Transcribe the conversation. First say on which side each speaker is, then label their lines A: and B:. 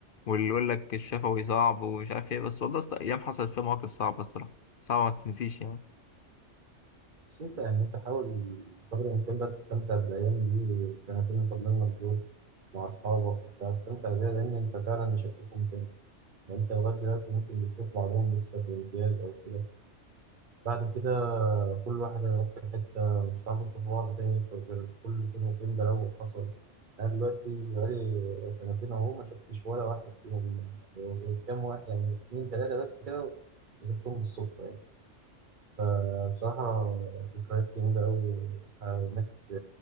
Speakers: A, on the left (about 55°); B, on the right (about 45°).
A: واللي يقول لك الشفوي صعب ومش عارف ايه بس والله أصلاً أيام حصلت فيها مواقف صعبة الصراحة صعبة ما تنسيش يعني
B: بس انت يعني انت حاول قدر الامكان بقى تستمتع بالايام دي السنتين اللي فاضلين لك دول مع اصحابك وبتاع استمتع بيها لان انت فعلا مش هتشوفهم تاني يعني انت لغايه دلوقتي ممكن بتشوف بعضهم لسه في الامتياز او كده بعد كده كل واحد هيروح في حتة مش هتعرفوا تشوفوا بعض تاني غير كل فين وفين ده لو حصل أنا دلوقتي بقالي سنتين أهو ما شفتش ولا واحد فيهم غير كام واحد يعني اتنين تلاتة بس كده وشفتهم بالصدفة يعني فبصراحة ذكريات جميلة أوي وناس